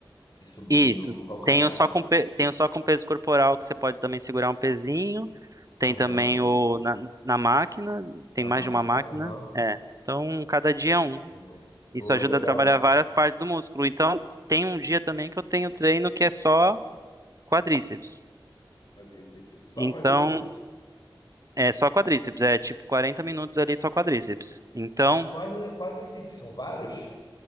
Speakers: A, on the left; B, on the right.
A: e subindo
B: e tu-
A: o calcanhar.
B: tem o só com, pe- tem o só com peso corporal, que você pode também segurar um pezinho. Tem
A: Aham,
B: também o na, na máquina, tem
A: na
B: mais
A: máquina,
B: de uma máquina.
A: aham.
B: É. Então, cada dia é um.
A: Boa, boa,
B: Isso ajuda
A: legal.
B: a trabalhar várias partes do músculo. Então, tem um dia também que eu tenho treino que é só quadríceps.
A: Quadríceps, só
B: Então,
A: quadríceps.
B: é só quadríceps. É tipo 40 minutos ali só quadríceps. Então,
A: Mas quais, quais exercícios? São vários?